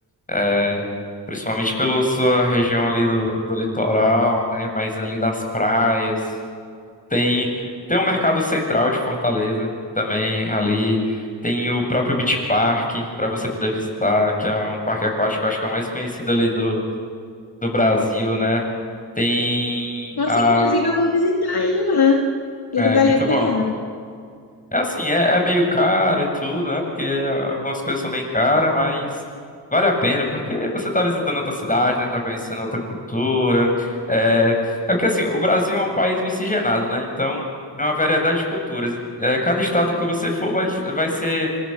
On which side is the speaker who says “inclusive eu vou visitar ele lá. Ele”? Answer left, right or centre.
Left